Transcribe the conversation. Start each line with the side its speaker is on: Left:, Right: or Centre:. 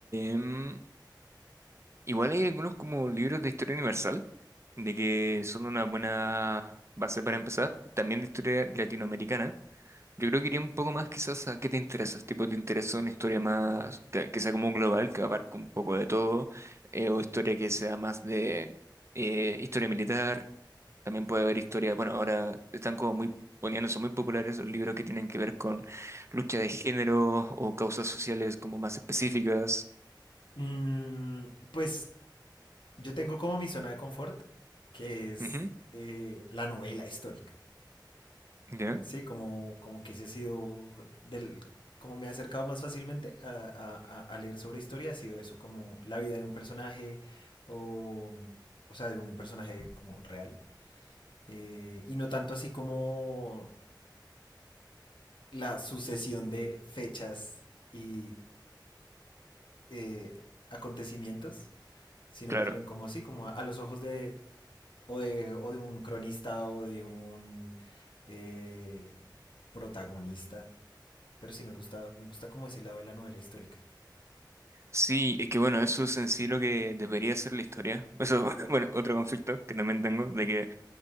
Right: em, igual hay algunos como libros de historia universal, de que son una buena base para empezar, también de historia latinoamericana. Yo creo que iría un poco más quizás a qué te interesa, tipo te interesa una historia más que, que sea como global, que abarque un poco de todo, eh, o historia que sea más de eh, historia militar, también puede haber historia, bueno, ahora están como muy poniéndose muy populares los libros que tienen que ver con lucha de género o causas sociales como más específicas.
Left: Mm, pues yo tengo como mi zona de confort, que es
Right: Ujú,
Left: eh, la novela histórica.
Right: ¿Ya?
Left: Sí, como, como que ese ha sido del, como me he acercado más fácilmente a, a- a- a leer sobre historia, ha sido eso, como la vida de un personaje, o, o sea, de un personaje como real, eh, y no tanto así como la sucesión de fechas y eh, acontecimientos, sino
Right: Claro.
Left: más bien como así, como a, a los ojos de o, de, o de un cronista o de un eh, protagonista. Pero sí, me gusta, me gusta como ese lado de la novela histórica.
Right: Sí, es que bueno, eso es en sí lo que debería ser la historia. Eso, <laughs> bueno, otro conflicto que también tengo, de que